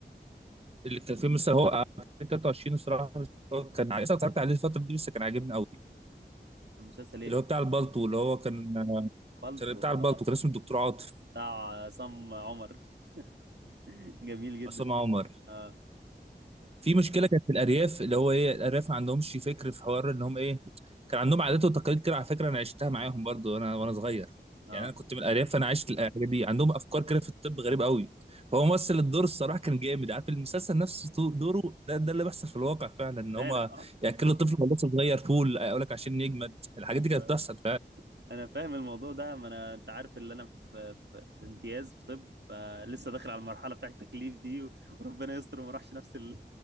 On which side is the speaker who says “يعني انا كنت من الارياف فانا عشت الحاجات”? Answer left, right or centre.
Right